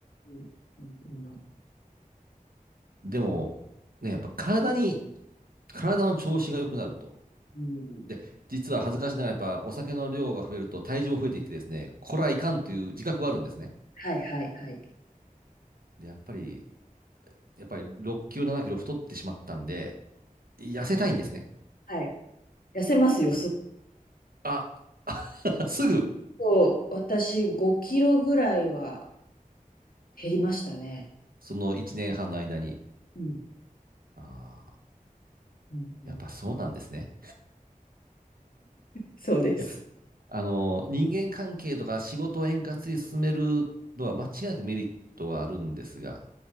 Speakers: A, on the left; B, on the right.
A: うんうんうん
B: でも、ね、やっぱ体に、体の調子が良くなると。
A: うん
B: で、実は恥ずかしながらやっぱお酒の量が増えると体重も増えていってですね、これはいかんという自覚はあるんですね。
A: はいはいはい。
B: で、やっぱり、やっぱり6キロ、7キロ太ってしまったんで、痩せたいんですね。
A: はい。痩せますよ。
B: やっぱり
A: すっ
B: あ、<laughs> すぐ、
A: と私5キロぐらいは減りましたね。
B: その1年半の間に、
A: うん
B: ああ、
A: うんうん
B: やっぱそうなんですね。
A: そうです。
B: いや、あの、人間関係とか仕事を円滑に進めるのは間違いなくメリットはあるんですが、